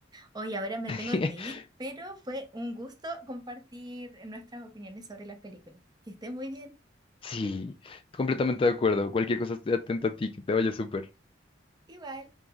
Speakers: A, on the right; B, on the left.
A: Hoy ahora me
B: <laughs>
A: tengo que ir, pero fue un gusto compartir nuestras opiniones sobre las películas. Que estés muy bien.
B: Sí, completamente de acuerdo. Cualquier cosa estoy atento a ti, que te vaya súper.
A: Igual.